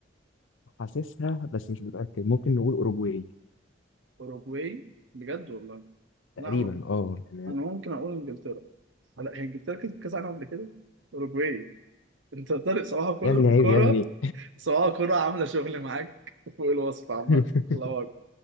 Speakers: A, on the left; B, on the right.
A: حاسسها بس مش متأكد ممكن نقول أوروجواي
B: اوروجواي بجد والله
A: تقريبا
B: لا انا
A: اه يعني
B: أنا ممكن اقول انجلترا لا هي انجلترا كسبت كأس العالم قبل كده اوروجواي انت طارق صباح كل
A: يا ابني عيب
B: كرة
A: يا ابني
B: صباح كرة عاملة شغل معاك فوق الوصف عامة
A: <laughs>
B: الله اكبر